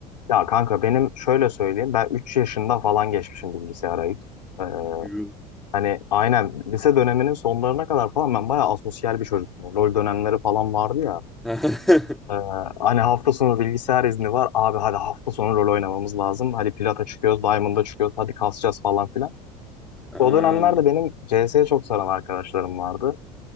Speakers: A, on the left; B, in the centre.
A: Ya kanka benim şöyle söyleyeyim ben 3 yaşında falan geçmişim bilgisayara ilk. Ee,
B: Yuh.
A: hani aynen lise döneminin sonlarına kadar falan ben bayağı asosyal bir çocuktum. LoL dönemleri falan vardı ya.
B: <laughs>
A: Ee, hani hafta sonu bilgisayar izni var. Abi hadi hafta sonu rol oynamamız lazım. Hadi Plat'a çıkıyoruz, Diamond'a çıkıyoruz. Hadi kasacağız falan filan.
B: Ha.
A: O dönemlerde benim CS'ye çok saran arkadaşlarım vardı.